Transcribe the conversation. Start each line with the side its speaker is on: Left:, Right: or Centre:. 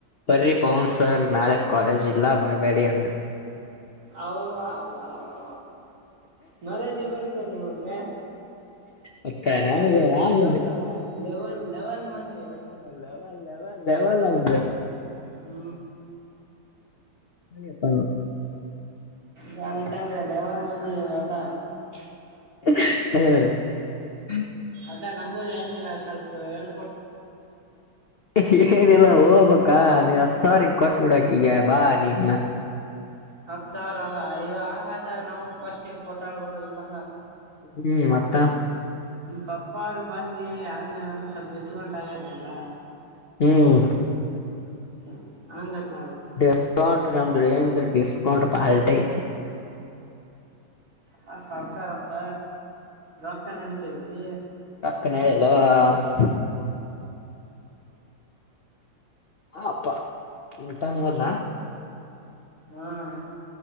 Left: ಬರ್ರಿ ಪವನ್ ಸರ್ ನಾಳೆ ಕಾಲೇಜ್ ಇಲ್ಲ ಬರ್ಬೇಡಿ ಅಂದ್ರೆ
Right: ಓ ಅವ್ವ ಅಬ್ಬಾ ಅಬ್ಬಾ ಮರ್ಯಾದಿ ಇಲ್ಲ ಅಂತ ನಮಗ
Left: ಮತ್ತ
Right: ಯಾಕಂದ್ರೆ
Left: ನನಗ ನಾನ್
Right: ನೀವು ಗೊತ್ತಲ್ಲ ಲೆವಲ್ ಲೆವೆಲ್ ಮಂದಿ
Left: ಹ ಲೇವೇವ ಲೇವ ನಾವ್ದ
Right: ಹೂ
Left: ಹರಿಪ್ಪ
Right: ನಾನ್ ಅನ್ಕೊಂಡೆ ಲೆವೆಲ್ ಮಂದಿ ನೀವೆಲ್ಲ
Left: <inaudible> ಹಾ್ <inaudible>
Right: ಆ ನಮಗು ಹೆಂಗ ಸ್ವಲ್ಪ ಹೇಳ
Left: <inaudible> ಏನಿಲ್ಲ ಓ ಪ ಕ ನೀ ಹತ್ತೂ ಸಾವಿರ ಕೊಟ್ಟು ಬಿಡು ಅಕಿಗೆ ಬಾ ನಿನ್ನ
Right: ಹತ್ ಸಾವಿರ ಅಾ ಇಯ ಹಂಗ ಆಯತಾಗ ನಮಗೂ ಫಸ್ಟ್ಿಗೆ ಕೊಟ್ಟಾಬ ಬಿಡುದಿಲ್ಲ.
Left: ಹ್ಮ್ ಮತ್ತ
Right: ಪಪ್ಪ ಅವರು ಬಂದಿ ಹಂಗ. ಸಬ್ಯಸ ಉಟಾಗತಲ್ಲ
Left: ಹ್ಮ್
Right: <inaudible> ಹಂಗತ್ತ ಹೌದು.
Left: ಡಿಸ್ಕೌಂಟ್ ನಮ್ದ ಡಿಸ್ಕೌಂಟ್ ಪಲ್ಟೈ.
Right: ಹ ಸಾವಕಾರಪ್ಪ ರೊಕ್ಕ ನಡತತಿ.
Left: ಕನಡಲ್ಲ <inaudible> ಹಾಪ್ಪಾ ಉಟ ಹೋದ್ನಾ.
Right: ಹ್ಮ್.